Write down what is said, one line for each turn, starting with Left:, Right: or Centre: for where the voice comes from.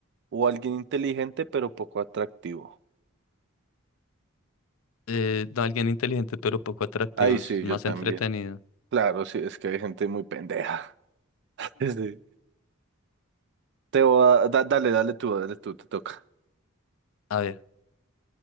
Right: O alguien inteligente pero poco atractivo.
Left: Eh, no, alguien inteligente pero poco atractivo,
Right: Ay, sí,
Left: es más
Right: yo también.
Left: entretenido.
Right: Claro, sí, es que hay gente muy pendeja. <laughs> Sí. Te voy a- da- dale, dale tú, dale tú, te toca.
Left: A ver,